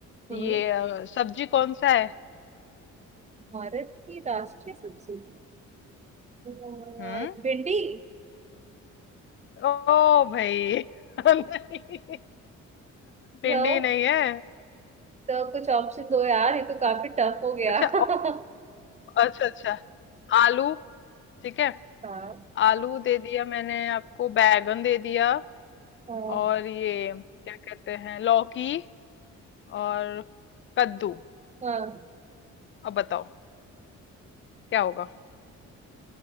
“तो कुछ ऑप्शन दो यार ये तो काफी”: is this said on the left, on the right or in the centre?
Right